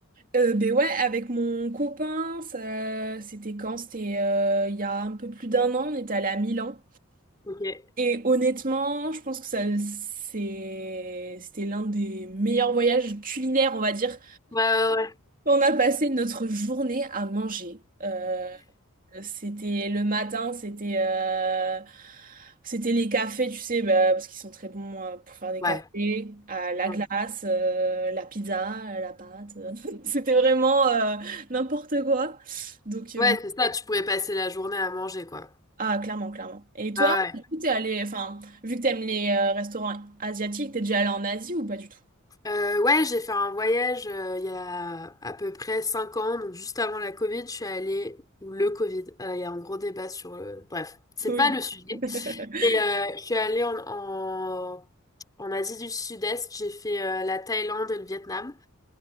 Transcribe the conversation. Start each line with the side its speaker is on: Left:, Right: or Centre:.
Right: Euh, ben ouais, avec mon copain, ça, c'était quand? C'était euh, il y a un peu plus d'un an, on était allé à Milan.
Left: Ok. Ouais,
Right: Et honnêtement, je pense que ça, c'est, c'était l'un des meilleurs voyages culinaires, on va dire,
Left: ouais, ouais.
Right: on a passé notre journée à manger. Euh, c'était le matin, c'était euh, c'était les cafés, tu sais, bah, parce qu'ils sont très bons euh, pour faire des
Left: Ouais.
Right: cafés, à la
Left: Ouais,
Right: glace, euh, la pizza, euh, la pâte. euh. <laughs> C'était vraiment euh, n'importe quoi. Donc, euh,
Left: Ouais, c'est ça. Tu pourrais passer la journée à manger, quoi.
Right: ah, clairement, clairement. Et toi,
Left: Ah ouais.
Right: du coup, t'es allé, enfin, vu que t'aimes les euh, restaurants asiatiques, t'es déjà allé en Asie ou pas du tout?
Left: Euh, ouais, j'ai fait un voyage euh, il y a à peu près 5 ans, donc juste avant la Covid, je suis allée... Ou le Covid. Euh, Il y a un gros débat sur le... Bref, c'est
Right: Oui.
Left: pas le sujet.
Right: <laughs>
Left: Et, euh, je suis allée en, en, en Asie du Sud-Est, j'ai fait euh, la Thaïlande et le Vietnam